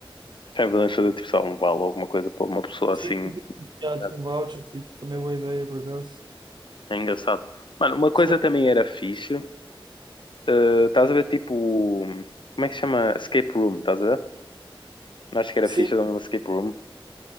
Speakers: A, on the left (about 60°); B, on the right (about 55°).
A: Já podemos fazer tipo só um vale ou alguma coisa para uma pessoa
B: Sim,
A: assim.
B: sim, sim. Já,
A: tá?
B: tipo um voucher, tipo, também é boa ideia, por acaso.
A: É engraçado. Mano, uma coisa
B: Se calhar-
A: também era fixe. eh, estás a ver tipo. Como é que se chama? Escape Room, estás a ver? Não acho que era
B: Sim,
A: fixe, era um escape room.